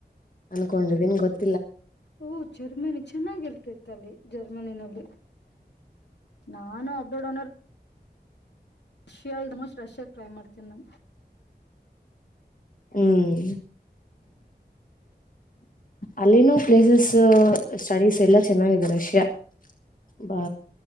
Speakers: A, on the left; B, on the left.
A: ಅನ್ಕೊಂಡಿದೀನ್ ಗೊತ್
B: ಓ ಜರ್ಮನಿ ಚೆನ್ನಾಗಿರುತ್ತೆ ತಲ್ಲಿ ಜರ್ಮನಿನಲ್ಲಿ ನಾನು abroad Russia almost Russia try ಮಾಡ್ತೇನಿ ನಾ
A: ಹ್ಮ್ ಅಲ್ಲಿ ಪ್ಲೇಸಸ್ ಸ್ಟಡೀಸ್ ಎಲ್ಲಾ ಚೆನ್ನಾಗಿದೆ ರಷ್ಯಾ ಬಾ